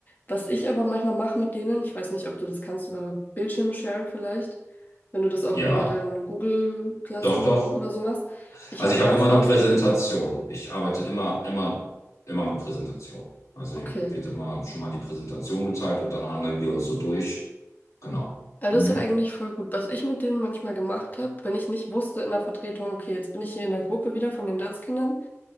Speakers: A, on the left; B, on the left.
A: Was ich aber manchmal mache mit denen, ich weiß nicht, ob du das kannst über Bildschirm sharen vielleicht, wenn du das auch
B: Ja,
A: über dein Google Classroom
B: doch, doch.
A: oder so machst. Ich
B: Also
A: habe
B: ich
A: ganz
B: habe immer
A: oft
B: eine Präsentation. Ich arbeite immer, immer, immer mit Präsentation. Also
A: Okay.
B: wird immer schon mal die Präsentation geteilt und dann hangeln wir uns so durch. Genau.
A: Ja, das
B: Hm.
A: ist ja eigentlich voll gut. Was ich mit denen manchmal gemacht habe, wenn ich nicht wusste in der Vertretung, okay, jetzt bin ich hier in der Gruppe wieder von den DATS-Kindern,